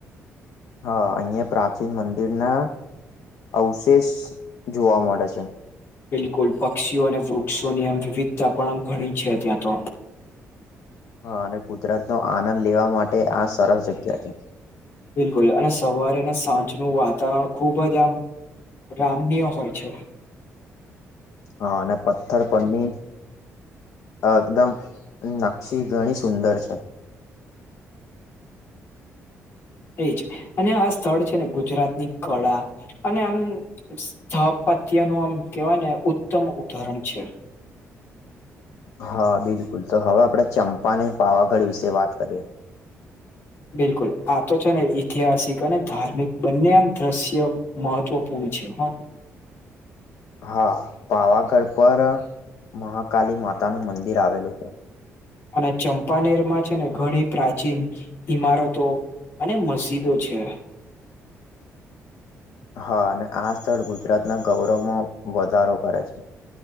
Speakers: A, on the left; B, on the left.
A: હા અહિયાં પ્રાચીન મંદિર ના અવશેષ જોવા મળે છે
B: બિલકુલ પક્ષીઓ અને વૃક્ષોની આમ વિવિધતા પણ આમ ઘણી છે ત્યાં તો
A: હા અને ગુજરાતનોો આનંદ લેવા માટે આ સરસ જગ્યા છે
B: બિલકુલ અને સવારે અને સાંજ ન વાતાવરણ ખુબ જ આમ રામનીઓ હોય છે
A: હા અને પથ્થર પની એકદમ નશી ઘણી સુંદર છે
B: એ જ અને આ સ્થળ છે ને ગુજરાતની કળા અને આમ સ્પ પત્યા નું આમ કવાય ને ઉત્તમ ઉદાહરણ છે
A: હા બિલકુલ તો હવે આપડે ચંપાને પાવાગઢ વિશે વાત કરીએ
B: બિલકુલ આ તો છે ને ઈતિહાસિક અને ધાર્મિક બંને આમ ત મહત્ત્વપૂર્ણ છે હા
A: હા પાવાગઢ પર મહાકાલી માતા નું મંદિર આવેલું છે
B: અને ચંપાનેર માં છે ને ઘણી પ્રાચીન ઈમારતો અને મસ્જિદો છે
A: હા અને આ સ્થળ ગુજરાતના ગૌરવમાં વધારો કરે છે